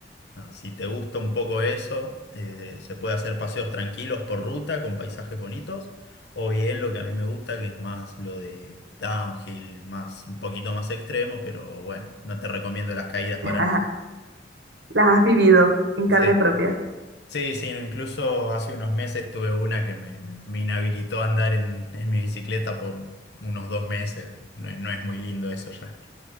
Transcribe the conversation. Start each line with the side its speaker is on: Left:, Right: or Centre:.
Left: No, Si te gusta un poco eso, eh, se puede hacer paseos tranquilos por ruta con paisajes bonitos, o bien lo que a mí me gusta, que es más lo de downhill, más un poquito más extremo, pero bueno, no te recomiendo las caídas para
Right: <laughs>
Left: nada.
Right: Las has vivido en carne
Left: Sí,
Right: propia.
Left: sí, sí, no, incluso hace unos meses tuve una que me, me inhabilitó a andar en, en mi bicicleta por unos dos meses. No, es- no es muy lindo eso ya.